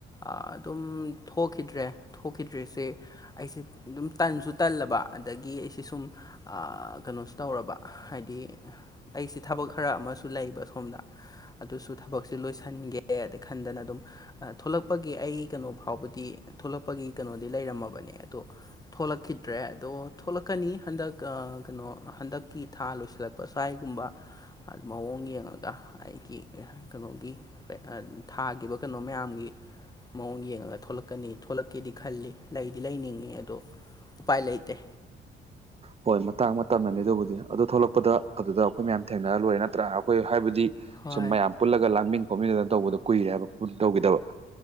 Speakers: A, on the left; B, on the right.
A: ꯑꯗꯨꯝ ꯊꯣꯛꯈꯤꯗ꯭ꯔꯦ ꯊꯣꯛꯈꯤꯗ꯭ꯔꯤꯁꯦ ꯑꯩꯁꯦ ꯑꯗꯨꯝ ꯇꯟꯁꯨ ꯇꯜꯂꯕ ꯑꯗꯒꯤ ꯑꯩꯁꯦ ꯁꯤ ꯁꯨꯝ ꯀꯩꯅꯣꯁꯨ ꯇꯧꯔꯕ ꯍꯥꯏꯗꯤ ꯑꯩꯁꯤ ꯊꯕꯛ ꯈꯔ ꯑꯃꯁꯨ ꯂꯩꯕ ꯁꯨꯝ ꯑꯗꯨꯁꯨ ꯊꯕꯛꯁꯦ ꯂꯣꯏꯁꯤꯟꯒꯦ ꯑꯗꯩ ꯈꯟꯗꯅ ꯑꯗꯨꯝ ꯊꯣꯛꯂꯛꯄꯒꯤ ꯑꯩ ꯀꯩꯅꯣ ꯐꯥꯎꯕꯗꯤ ꯊꯣꯛꯂꯛꯄꯒꯤ ꯀꯩꯅꯣꯗꯤ ꯂꯩꯔꯝꯃꯕꯅꯦ ꯑꯗꯣ ꯊꯣꯛꯂꯛꯈꯤꯗ꯭ꯔꯦ ꯑꯗꯣ ꯀꯛꯀꯅꯤ ꯍꯟꯗꯛ ꯀꯩꯅꯣ ꯍꯟꯗꯛꯀꯤ ꯊꯥ ꯂꯣꯏꯁꯤꯜꯂꯛꯄ ꯁ꯭ꯋꯥꯏꯒꯨꯝꯕ ꯃꯑꯣꯡ ꯌꯦꯡꯉꯒ ꯑꯩꯒꯤ ꯀꯩꯅꯣꯒꯤ ꯊꯥꯈꯤꯕ ꯀꯩꯅꯣ ꯃꯌꯥꯝꯒꯤ ꯃꯑꯣꯡ ꯌꯦꯡꯉꯒ ꯊꯂꯛꯀꯅꯤ ꯊꯣꯛꯂꯛꯀꯦꯗꯤ ꯈꯜꯂꯤ ꯂꯩꯗꯤ ꯂꯩꯅꯤꯡꯉꯤ ꯑꯗꯣ ꯎꯄꯥꯏ ꯂꯩꯇꯦ
B: ꯍꯣꯏ ꯃꯇꯥꯡ ꯃꯇꯝꯅꯅꯤ ꯑꯗꯨꯕꯨꯗꯤ ꯑꯗꯨ ꯊꯣꯛꯂꯛꯄꯗ ꯑꯗꯨꯗ ꯑꯩꯈꯣꯏ ꯃꯌꯥꯝ ꯊꯦꯡꯅꯔ ꯂꯣꯏꯔꯦ ꯅꯠꯇ꯭ꯔꯥ ꯑꯩꯈꯣꯏ ꯍꯥꯏꯕꯗꯤ
A: ꯍꯣꯏ
B: ꯁꯨꯝ ꯃꯌꯥꯝ ꯄꯨꯜꯂꯒ ꯂꯥꯡꯃꯤꯟ ꯈꯣꯝꯃꯤꯟꯗꯅ ꯇꯧꯕꯗꯣ ꯀꯨꯏꯔꯦ ꯍꯥꯏꯕ ꯇꯧꯈꯤꯗꯕ